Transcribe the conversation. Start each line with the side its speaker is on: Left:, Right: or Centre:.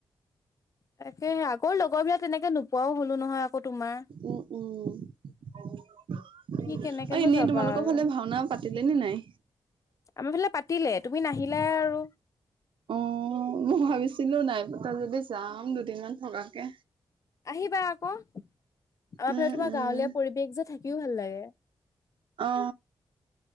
Left: তাকে আগৰ লগৰ বিলাক তেনেকে নোপোৱাও হ'লো নহয় আকৌ তোমাৰ।
Right: উম উম অ
Left: কি কেনেকেনো
Right: এনেই
Left: যাবা
Right: তোমালোকৰ
Left: আৰু
Right: ফালে ভাওনা পাতিলে নে নাই
Left: আমাৰ ফালে পাতিলে তুমি নাহিলা আৰু
Right: অ মই ভাবিছিলো নাই পতা যদি যাম দুদিনমান থকাকে
Left: আহিবা আকৌ আমাৰ
Right: উম
Left: ফালে তোমাৰ
Right: উম
Left: গাঁৱলীয়া পৰিবেশ যে থাকিও ভাল লাগে উম
Right: অ